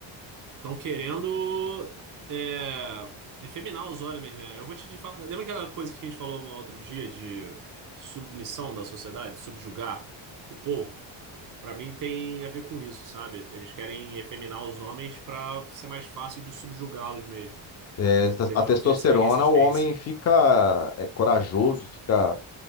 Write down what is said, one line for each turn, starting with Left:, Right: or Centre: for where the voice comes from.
Right: Estão querendo é... efeminar os homens, né? Eu vou te falar. Lembra aquela coisa que a gente falou um outro dia de submissão da sociedade, subjugar o povo? Pra mim tem a ver com isso, sabe? Eles querem efeminar os homens pra ser mais fácil de subjugá-los mesmo,
Left: É,
Right: deles
Left: a testosterona,
Right: não oferecerem resistência.
Left: o homem fica é, corajoso, fica